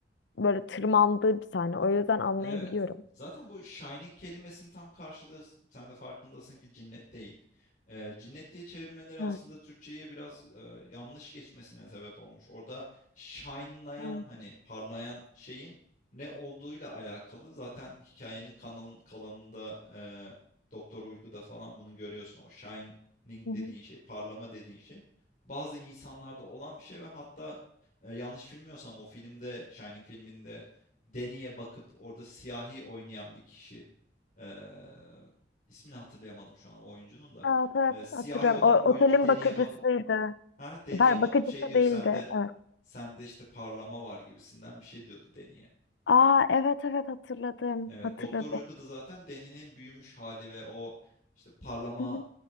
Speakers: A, on the left; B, on the left.
A: böyle tırmandığı bir sahne. O yüzden anlayabiliyorum.
B: Evet. Zaten bu shining kelimesinin tam karşılığı sen de farkındasın ki cinnet değil. Eee, cinnet diye çevirmeleri aslında
A: Evet.
B: Türkçe'ye biraz, eee, yanlış geçmesine sebep olmuş. Orada shine'layan,
A: Evet,
B: hani, parlayan şeyin ne olduğuyla alakalı. Zaten hikayenin kanalın kalanında, eee, Doktor Uyku'da falan bunu görüyorsun. O shining
A: Hı hı.
B: dediğin şey, parlama dediğin şey bazı insanlarda olan bir şey ve hatta, eee, yanlış bilmiyorsam o filmde, Shining filminde, Deni'ye bakıp orada siyahi oynayan bir kişi eee, ismini hatırlayamadım şu an o oyuncunun da
A: Evet, evet
B: Eee, siyahi
A: hatırlıyorum.
B: olan
A: O,
B: oyuncu
A: otelin
B: Deni'ye
A: bakıcısıydı.
B: bakıp ha Deni'ye
A: Ver
B: bakıp
A: bakıcısı
B: şey diyor
A: değildi.
B: sende
A: Evet.
B: sende işte parlama var gibisinden bir şey diyordu Deni'ye.
A: Aa evet evet hatırladım.
B: Evet
A: Hatırladım.
B: Doktor uykuda zaten Deni'nin büyümüş hali ve o işte parlama
A: Hı hı.